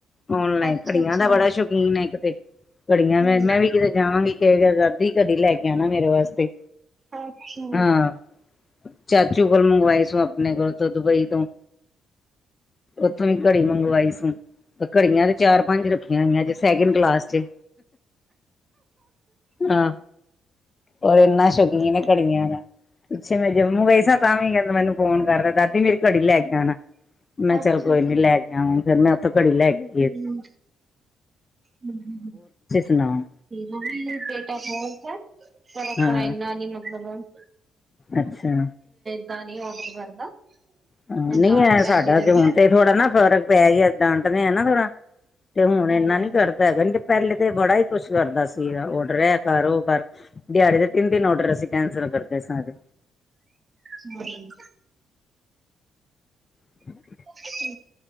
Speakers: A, on the left; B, on the right.
A: ਨਲਾਈਨ
B: ਅੱਛਾ
A: ਘੜੀਆਂ
B: ਅੱਛਾ
A: ਦਾ ਬੜਾ ਸ਼ੁ ਯਕੀਨ ਇੱਕਤੇ ਘੜੀਆਂ
B: ਠੀਕ
A: ਮੈਂ ਮੈਂ ਵੀ
B: ਹੈ
A: ਕਿਤੇ ਜਾਵਾਂਗੀ ਦਾਦੀ ਕਦੀ ਲੈ ਗਿਆ ਨਾ ਮੇਰੇ ਵਾਸਤੇ
B: ਅੱਛਾ ਅੱਛਾ
A: ਹਾਂ ਚਾਚੂ ਕੋਲ ਮੰਗਵਾਏ ਸ ਆਪਣੇ ਕੋਲ ਤੋਂ ਦੁਬਈ ਤੋਂ ਉੱਥੋਂ ਵੀ ਘੜੀ ਮੰਗਵਾਈ ਸ ਘੜੀਆਂ ਤੇ ਚਾਰ ਪੰਜ ਰੱਖੀਆਂ ਹੋਈਆਂ ਜਿਸ ਸੈਕਿੰਡ ਕਲਾਸ ਚ ਆਹ ਓ ਇੰਨਾ ਸ਼ੌਕੀਨ ਏ ਘੜੀਆਂ ਦਾ। ਪਿੱਛੇ ਮੈਂ ਜੰਮੂ ਗਈ ਸਾਂ ਤਾਂ ਵੀ ਕਹਿੰਦਾ ਮੈਨੂੰ ਫੋਨ ਕਰਦਾ ਦਾਦੀ ਮੇਰੀ ਘੜੀ ਲੈ ਕੇ ਆਉਣਾ ਮੈਂ
B: ਅੱਛਾ
A: ਚੱਲ ਕੋਈ ਨੀ ਲੈ ਗਿਆਾਂ ਫੇਰ ਮੈਂ ਉੱਥੋਂ ਘੜੀ ਲੈ ਗਿਆ
B: ਹੂੰ, ਹੂੰ-ਹੂੰ
A: ਇਨਾਮ
B: ਮੰਮੀ ਬੇਟਾ ਫੋਜ਼ ਆ ਮ
A: ਹਾਂ
B: ਫਾਈਨਾ ਮਤਬ
A: ਅੱਛਾ
B: ਦਾਂ ਨੀ ਔਡਰ ਕਰਦਾ
A: ਹਾਂ
B: ਮੈ
A: ਨਹੀਂ
B: ਤਾਂ
A: ਐ
B: ਪੈਂਦੀ
A: ਸਾਡਾ
B: ਰਹਿੰਦੀ
A: ਤੇ ਹੁਣ ਤੇ ਥੋੜਾ ਨਾ ਫ਼ਰਕ ਪੈ ਗਿਆ ਏਦਾਂ ਆੰਟਨ ਹੈ ਨਾ ਥੋੜਾ ਤੇ ਹੁਣ
B: ਹਾਂ
A: ਇੰਨਾ ਨੀ ਕਰਦਾ ਹੈ ਕਹਿੰਦੇ ਪਹਿਲੇ ਤੇ ਬੜਾ ਹੀ ਕੁਛ ਕਰਦਾ ਸੀਗਾ ਉਡ ਰਿਹਾ ਕਰ ਉਹ ਕਰ ਦਿਹਾੜੀ ਦੇ ਤਿੰਨ ਤਿੰਨ ਔਡਰ ਅਸੀਂ ਕੈਂਸਲ ਕਰਦੇ ਸਾਂ ਐਦੇ।
B: ਹਮ
A: ਹਮ
B: ਹਾਂ ਠੀ